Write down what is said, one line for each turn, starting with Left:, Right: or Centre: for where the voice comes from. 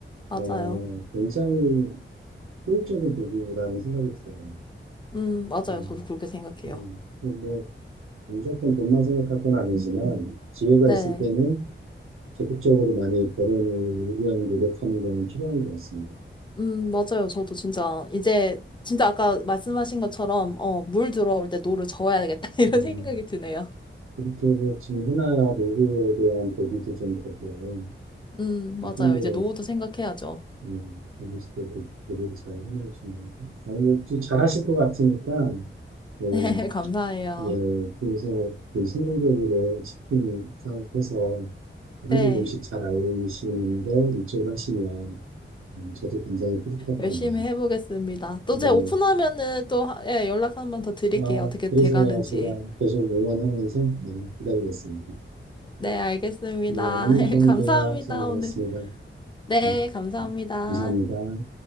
Left: 맞아요.
Right: 어, 굉장히 효율적인 도구라는 생각이 들어요.
Left: 음, 맞아요.
Right: 음,
Left: 저도 그렇게 생각해요.
Right: 음, 뭐 무조건 돈만 생각할 건 아니지만 기회가
Left: 네,
Right: 있을 때는 적극적으로 많이 벌어오기 위한 노력하는 거는 필요한 것 같습니다.
Left: 음, 맞아요. 저도 진짜 이제 진짜 아까 말씀하신 것처럼 어, 물 들어올 때 노를 저어야겠다 <laughs> 이런
Right: 음,
Left: 생각이 드네요.
Right: 이렇게 해서 지금 흔한 노후에 대한 대비도 좀 되고요.
Left: 음, 맞아요.
Right: 좀더
Left: 이제 노후도 생각해야죠.
Right: 음, 거기서 또 대- 대를잘 해놓으시는데. 아니, 뭐, 좀 잘하실 것 같으니까, 뭐,
Left: <laughs> 네, 감사해요.
Right: 예, 예, 그래서 그 성공적으로 치킨 사업해서 한국
Left: 네.
Right: 음식 잘 알리시는데 이쪽을 하시면 음, 저도 굉장히 뿌듯할 것
Left: 열심히
Right: 같네요.
Left: 해보겠습니다. 또
Right: 근데
Left: 제가
Right: 뭐,
Left: 오픈하면은 또 하- 예, 연락 한번 더 드릴게요.
Right: 아,
Left: 어떻게
Right: 그래서야
Left: 돼가는지.
Right: 제가 계속 응원하면서 예, 기다리겠습니다.
Left: 네, 알겠습니다.
Right: 네, 오늘
Left: <laughs>
Right: 좋은
Left: 감사합니다,
Right: 대화 잘 나눴습니다.
Left: 오늘. 네,
Right: 예,
Left: 감사합니다.
Right: 감사합니다.